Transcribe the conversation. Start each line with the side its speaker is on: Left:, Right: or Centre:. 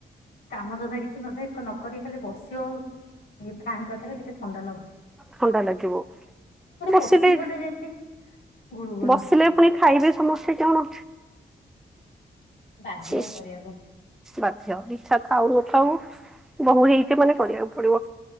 Left: କାମ ଧନ୍ଦା କିଛି ନଧ ନକରି ଖାଲି ବସିବ ଆଉ ଇଏ ଫ୍ୟନ୍ ପାଖରେ ଟିକେ ଥଣ୍ଡା ଲାଗୁଚି।
Centre: ଥଣ୍ଡା ଲାଗିବ ମୁସିଲି
Left: ପଶିଗଲେ ଯେମିତି ଗୁଳୁଗୁଳି
Centre: ବସିଲେ ପୁଣି ଖାଇବେ ସମସ୍ତେ କଣ?
Left: ବାଧ୍ୟ
Centre: ସେ
Left: କରିବାକୁ।
Centre: ବାଧ୍ୟ ଇଛା ଥାଉ ନଥାଉ। ବୋହୂ ହେଇଚି ମାନେ କରିବାକୁ ପଡିବ।